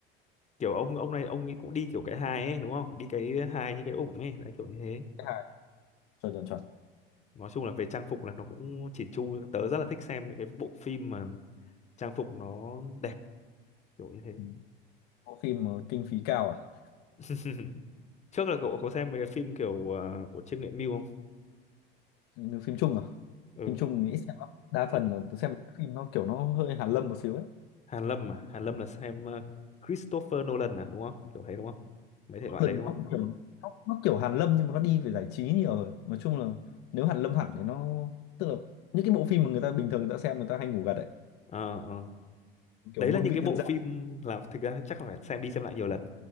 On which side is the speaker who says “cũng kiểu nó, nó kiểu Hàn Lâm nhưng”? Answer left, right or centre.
Left